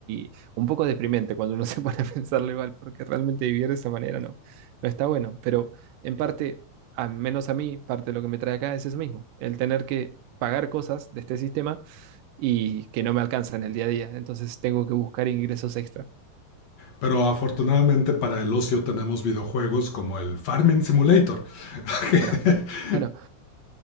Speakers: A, on the right; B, on the left.
A: y un poco deprimente cuando uno <laughs> se pone a pensarlo igual, porque realmente vivir de esa manera no, no está bueno. Pero en parte, al menos a mí, parte de lo que me trae acá es eso mismo, el tener que pagar cosas de este sistema y que no me alcanza en el día a día. Entonces tengo que buscar ingresos extra.
B: Pero afortunadamente para el ocio tenemos videojuegos como el Farming Simulator. <laughs>
A: Bueno, bueno,